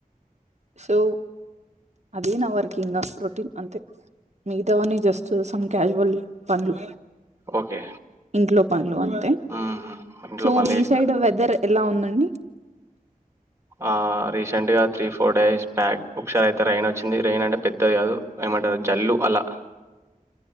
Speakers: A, on the right; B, on the right.
A: సో అదే నా వర్క్ ఇంగా రొటీన్ అంతే మిగతావన్నీ జస్ట్ సమ్ క్యాజువలీ పనులు
B: ఓకే
A: ఇంట్లో పనులు అంతే
B: మ్మ్. ఇంట్లో
A: సో
B: పనులు
A: మీ
B: చేస్తారు
A: సైడ్ వెదర్ ఎలా ఉందండి
B: ఆ రీసెంట్ గా త్రీ ఫో ఫోర్ డేస్ బ్యాక్ ఒకసారి ఇంత రైన్ వచ్చింది రైన్ అంటే పెద్దది కాదు ఏమంటారు జల్లు అలా